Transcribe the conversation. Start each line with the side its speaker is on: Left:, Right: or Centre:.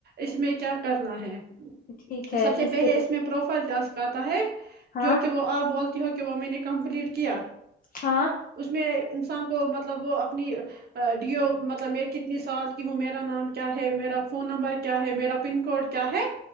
Right: اس میں کیا کرنا ہے
Left: ٹھیک ہے
Right: سب سے پہلے
Left: لیے
Right: اس میں پروفائل ٹاس کر کات ہے
Left: ہاں
Right: جو کہ وہ آپ بولتے وہ میں نے کمپلیٹ کیا
Left: ہاں
Right: اس میں انسان کو مطلب وہ اپنی ڈیو مطلب میں کتنی سال کی ہوں میرا نام کیا ہے میرا فون نمبر کیا ہے میرا پن کوڈ کیا ہے